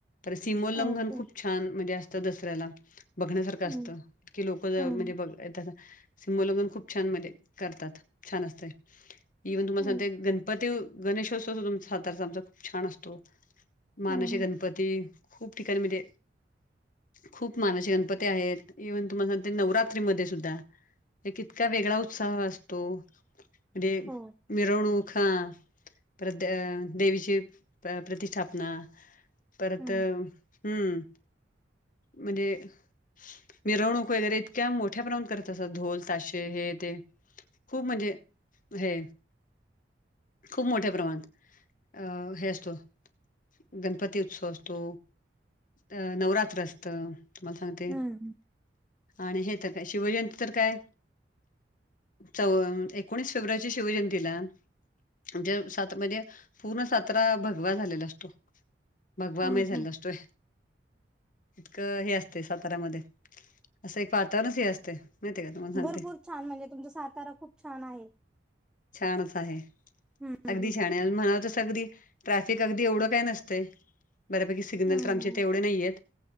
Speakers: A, on the left; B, in the centre.
A: समोन
B: ओके
A: खूप छान म्हणजे असत दसऱ्याला. बघण्यासारखं
B: हम्म
A: असतं इतके लोक ज
B: हम्म
A: म्हणजे ब. सिमलगन खूप छान म्हणजे करतात छान असते. इव्हन तुम्हाला
B: हम्म
A: सांगते गणपती गणेशोत्सव सुद्धाचा साताराचा आमचा खूप छान असतो. मानाशी
B: हम्म
A: गणपती खूप ठिकाणी म्हणे. खूप मानास गणपती आहेत इव्हन तुम्हाला सांगते नवरात्रीमध्ये सुद्धा. हे इतका वेगळा उत्साह असतो. म्हणजे
B: हो
A: मिरवणूक प्र देवीचे प्रतिष्ठाप. ना परत
B: हम्म
A: हम् म्हणजे. मिरवणूक वगैरे इतक्या मोठ्या प्रमाणात करत असत ढोल ताशे हे ते. खूप म्हणजे हे. खूप मोठ्या प्रमाणात अ हे असतो. गणपती उत्सव असतो अ नवरात्र असत. ु मला सांगते
B: हम्म
A: आणि हे तर काय शिवजयंती तर काय. चौ एकोणीस फेब्रुवारीच्या शिवजयंतीला. म्हणजे सात म्हणजे पूर्ण सातारा भगवा झालेला असतो. भगवा
B: हम्म
A: मय झाला
B: हम्म
A: असतोय. इतकं हे असते साताऱ्यामध्ये असं एक वातावरणच हे असते. माहितीय का तुम्हाला सांगते
B: भरपूर छान म्हणजे तुमचा सातारा खूप छान आहे.
A: छानच आहे
B: हम्म हम्म
A: अगदी छान आहे म्हणाव तस अगदी. ट्रॅफिक अगदी एवढं काय नसते बऱ्यापैकी सिग्नल
B: हम्म
A: तर आमचे ते एवढे नाहीय आहेत.